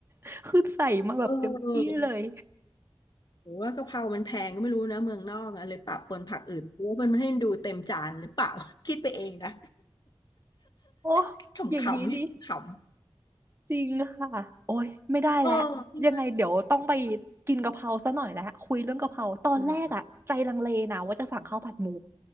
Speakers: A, on the right; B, on the left.
A: <laughs> คือใส่มาแบบเต็มที่เลย
B: เออหรือว่ากะเพรามันแพงก็ไม่รู้นะเมืองนอกอะเลยปะปนผักอื่นเพราะว่ามันไม่ให้ดูเต็มจานหรือเปล่า <laughs> คิดไปเองนะ
A: โอ้
B: <laughs>
A: อย่างนี้นี่
B: ขำๆพี่ขำ
A: จริงค่ะโอ้ยไม่ได้แล้วยังไงเดี๋ยวต้องไป
B: ๆเออพี่ว่า
A: กินกะเพราซะหน่อยแล้วคุยเรื่องกะเพราตอนแรกอะใจลังเลนะว่าจะสั่งข้าวผัดหมู
B: เออ